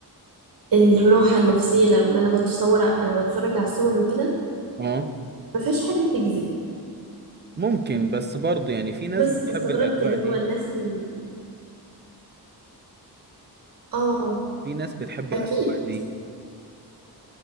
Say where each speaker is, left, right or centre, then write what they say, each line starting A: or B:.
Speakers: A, on the right; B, on the right.
A: الراحة النفسية لما أنا بتصور أنا بتفرج على الصور وكده
B: اه
A: مفيهاش حاجة تجذب
B: ممكن بس برضه يعني في ناس
A: بس
B: بتحب
A: فاستغربت
B: الأجواء
A: اللي
B: دي
A: هو الناس اللي آه
B: في ناس بتحب
A: أكيد
B: الأجواء دي